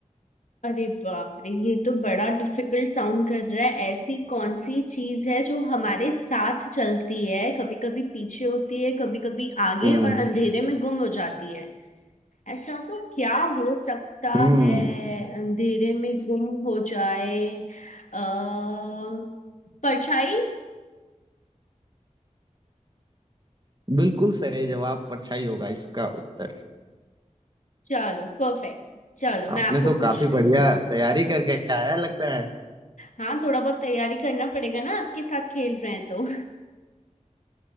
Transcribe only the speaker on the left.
अरे बाप रे ये तो बड़ा डिफिकल्ट साउंड कर रहा है ऐसी कौन सी चीज है जो हमारे साथ चलती है कभी कभी पीछे होती है कभी कभी आगे
और अंधेरे में गुम हो जाती है ऐसा तो क्या हो सकता
है अंधेरे में गुम हो जाए अः परछाई
चलो परफेक्ट चलो मैं
आपको
पूछती
हूँ
हाँ थोड़ा बहुत तैयारी करना पड़ेगा ना आपके साथ खेल रहे हैं तो <laughs>